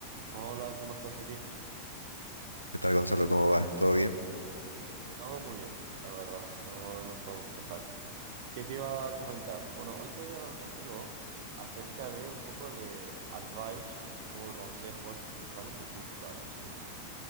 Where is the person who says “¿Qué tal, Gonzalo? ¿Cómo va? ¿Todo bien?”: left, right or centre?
Left